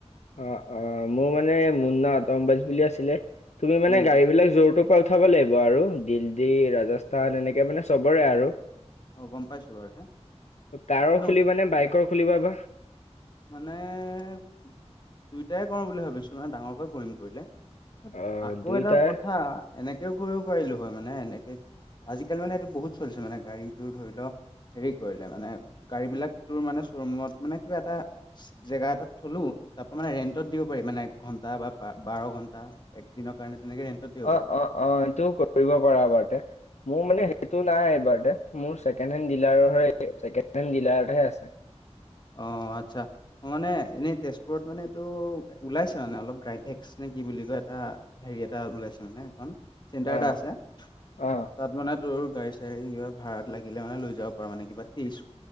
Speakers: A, on the left; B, on the left.
A: অ অ মোৰ মানে মুন্না অট' মোবাইল্ছ বুলি আছিলে। তুমি মানে
B: উম
A: গাড়ী বিলাক য'ৰ ত'ৰ পৰা উঠাব লাগিব আৰু। দিল্লী, ৰাজস্থান এনেকে মানে চবৰে আৰু।
B: অ গম পাইছো বাৰু তে
A: কাৰৰ
B: ন
A: খুলিবা নে বাইকৰ খুলিবা বা?
B: মানে দুইটাই কৰোঁ বুলি ভাবিছোঁ মানে ডাঙৰকৈ কৰিম কৰিলে।
A: অ
B: আকৌ
A: দুয়োটাৰ
B: এটা কথা এনেকেও কৰিব পাৰিলো হয় মানে এনেকে আজিকালি মানে এইটো বহুত চলিছে মানে গাড়ী তোৰ ধৰি ল' হেৰি কৰিলে মানে গাড়ী বিলাক তোৰ মানে শ্বৰুমত মানে কিবা এটা জেগা এটাত থলো তাৰ পৰা মানে ৰেন্টত দিব পাৰি মানে এক ঘণ্টা বা বাৰ বাৰ ঘন্টা একদিনৰ কাৰণে তেনেকে দিব
A: অ
B: পাৰি
A: অ অ সেইটোও কৰিব পাৰা এবাৰ্তে। মোৰ মানে সেইটো নাই এইবাৰ্তে। মোৰ ছেকেণ্ড হেণ্ড ডিলাৰৰ হে ছেকেণ্ড হেণ্ড ডিলাৰতহে আছে।
B: অ আচ্ছা। মই মানে এনেই তেজপুৰত মানে এইটো ওলাইছে মানে অলপ ড্ৰাইভ এক্স নে কি বুলি কয় এটা হেৰি এটা ওলাইছে মানে এখন চেণ্টাৰ
A: অ
B: এটা আছে।
A: অ
B: তাত মানে তোৰ গাড়ী-চাড়ী কিবা ভাড়াত লাগিলে মানে লৈ যাব পাৰ মানে কিবা তেইছশ,